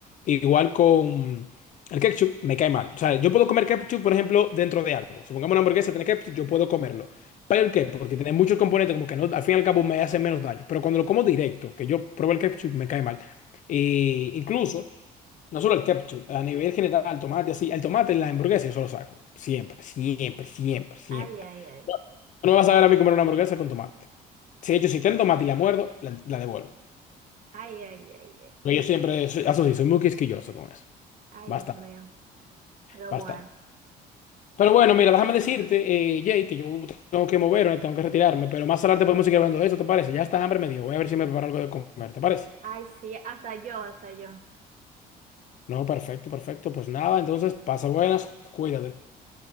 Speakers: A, on the left; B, on the right.
A: Igual con el ketchup, me cae mal. O sea, yo puedo comer ketchup, por ejemplo, dentro de algo. Supongamos una hamburguesa tiene ketchup, yo puedo comerlo. ¿Pero el qué? Porque tiene muchos componentes, como que no, al fin y al cabo me hace menos daño. Pero cuando lo como directo, que yo pruebo el ketchup, me cae mal. Y incluso. No solo el ketchup, a nivel general, el tomate así. El tomate en la hamburguesa yo solo saco. Siempre, siempre, siempre, siempre.
B: Ay, ay, ay.
A: No no me vas a ver a mí comer una hamburguesa con tomate. Si de hecho, si tiene tomate y la muerdo, la, la devuelvo.
B: Ay, ay, ay, ay.
A: Porque yo siempre, soy- eso sí, soy muy quisquilloso con eso.
B: Ay,
A: Bastante,
B: Dios mío. Pero
A: bastante.
B: bueno.
A: Pero bueno, mira, déjame decirte, eh, Jay, que yo tengo que moverme, tengo que retirarme. Pero más adelante podemos seguir hablando de eso, ¿te parece? Ya está hambre me dio. Voy a ver si me preparo algo de comer, ¿te parece?
B: Ay, sí, hasta yo, hasta yo.
A: No, perfecto, perfecto. Pues nada, entonces pasa buenas, cuídate.